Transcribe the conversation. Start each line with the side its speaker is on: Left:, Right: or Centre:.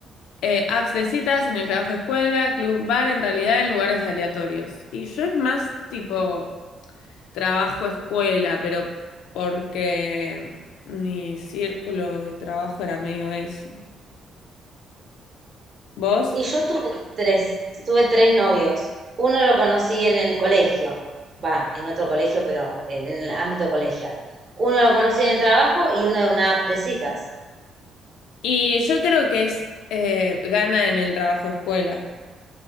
Left: Eh, apps de citas, en el trabajo, escuela, club, bar, en realidad en lugares aleatorios. Y yo es más tipo trabajo, escuela, pero porque mi círculo de trabajo era medio eso. ¿Vos?
Right: Y yo tuve tres, tuve tres novios. Uno lo conocí en el colegio, va, en otro colegio, pero en el ámbito colegial. Uno lo conocí en el trabajo y uno de una app de citas.
Left: Y yo creo que es eh, gana en el trabajo escuela.